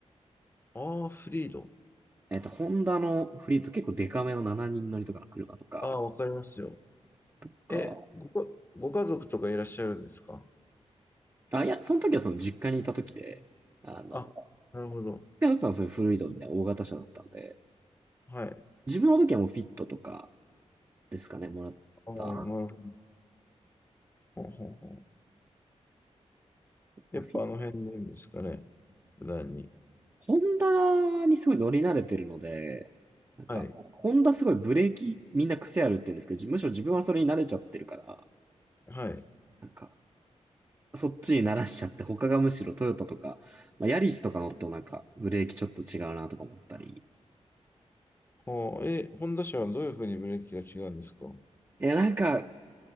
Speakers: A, on the left; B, on the right.
A: ああー、フリード。
B: えっと、ホンダのフリード結構デカめの7人乗りとかの車とか、
A: ああ、わかりますよ。
B: とか、
A: え、ご、ご家族とかいらっしゃるんですか
B: あ、いや、その時はその実家にいた時で、あの、
A: あ、なるほど。
B: ペアさんはそういうフリードみたいな大型車だったんで、
A: はい。あ
B: 自分の時はもうフィットとかですかね、もらった。
A: あ、なるほど。ほうほうほうやっぱあの辺でですかね。
B: あフィ
A: 普段に。
B: ホンダにすごい乗り慣れてるので、なんか、
A: はい、
B: ホンダすごいブレーキみんな癖あるって言うんですけど、じむしろ自分はそれに慣れちゃってるから、
A: はい。
B: なんか、そっちに慣らしちゃって、他がむしろトヨタとか、まあ、ヤリスとか乗ってもなんかブレーキちょっと違うなとか思ったり。
A: ああ、え、ホンダ車はどういうふうにブレーキが違うんですか
B: いや、なんか、